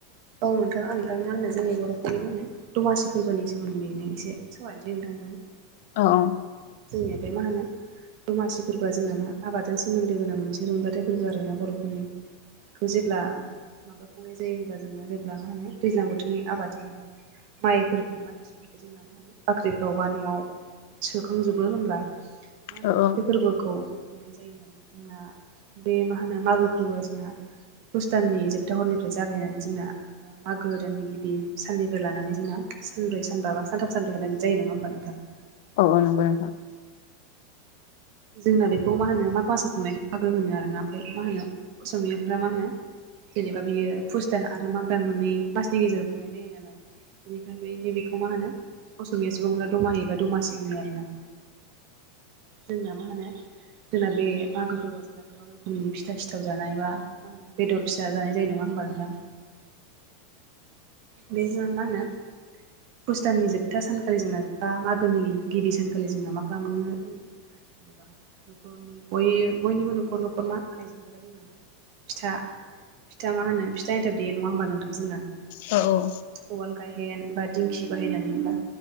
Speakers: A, on the right; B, on the left.
A: औ नोंथां आं दा मा होनो जोंनि बर'फोरनि मा होनो दमासि फोरबोनि सोमोन्दैनो एसे सावरायनोसै नोंथांजों
B: औ औ
A: जोंनिया बे मा होनो दमासि फोरबोआ जोंना मा आबादजों सोमोन्दो गोनां मोनसे रंजाथाइ फोरबो आरो ना बर'फोरनि बे खौ जेब्ला मा खौ बुंनाय जायो होमबा जोङो जेब्ला मा होनो दैज्लां बोथोरनि आबाद जायोबा माइफोरखौ माइ मोसौफोरखौ जोंना मा होनो बाख्रिफ्राव बा न'आव खुंखांजोबो होमब्ला मा होनो
B: औ औ
A: बे फोरबोखौ खुंनाय जायोमोन आरोना जोंना बे मा होनो मागो फोरबोआ जोंना पुष दाननि जोबथा हरनिफ्राय जागायनानै जोंना मागो दाननि गिबि साननिफ्राय लानानै जोंना सानब्रै सानबा बा सानथाम साब्रै हालागि जायो नङा होमबा नोंथां
B: औ औ नंगौ नोंथां
A: जोंना बेखौ मा होनो माग मासाव खुंनाय बाहागो होनो आरोना ओमफ्राय मा होनो असमियाफ्रा मा होनो जेनेबा बियो फुस दान आरो माग दान मोननै मासनि गेजेराव खुंनाय जायो नालाय बेनिखाय बे नैबेखौ मा होनो असमिया सुबुंफ्रा दमाहिबा दमासि बुङो आरोना जोंना मा होनो जोंना बे मागोफोरखौ जोंना गोबां रोखोमनि फिथा सिथाव जानाय बा मा होनो बेदर फिसा जानाय जायो नङा होमबा नोंथां बेजों मा होनो पुष दाननि जोबथा सानखालि जोना बा मागोनि गिबि सानखालि जोना मा खालामनो होनो नि बयनिबो नखर न'खर मा आइजोफोरा जों फिथा फिथा मा होनो फिथा एनथाब देयो नङा होमबा नोंथां जोंना
B: औ औ
A: उवाल गायहेन बा दिंखि बाहायनानै बा